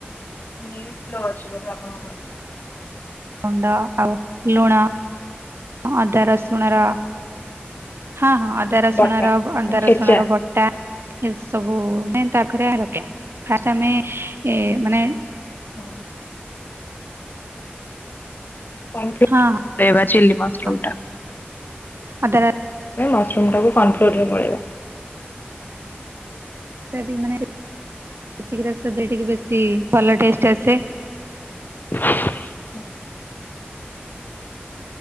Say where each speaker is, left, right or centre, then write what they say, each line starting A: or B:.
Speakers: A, on the left; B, on the right.
A: ନେଟ୍ ସ୍ଲୋ ଅଛି ବୋଧେ ଆପଣଙ୍କର?
B: ଗୁଣ୍ଡ ଆଉ ଲୁଣ। ଅଦା ରସୁଣ ର ହଁ ହଁ ଅଦା ରସୁଣର
A: ବଟା
B: ବ ଅଦା
A: ଛେଚା
B: ରସୁଣର ବଟା ଏ ସବୁ ମେନ୍ ତାପାଖେ ରଖେ ଫାଷ୍ଟ ଆମେ ଏ ମାନେ
A: ହୁଁ କଂ ଦେ
B: ହଁ
A: ଦେବା ଚିଲ୍ଲି ମସରୁମ୍
B: ହଁ
A: ଟା
B: ଅଦା ର
A: ଏ ମସରୁମ୍ ଟାକୁ କନ୍ ଫ୍ଲୋରରେ ଗୋଲେବା
B: ଯଦି ମାନେସେ ଚିନି ରସ ଦେଇ କି ବେଶୀ ଭଲ ଟେଷ୍ଟ ଆସେ
A: ଫୁ ହଁ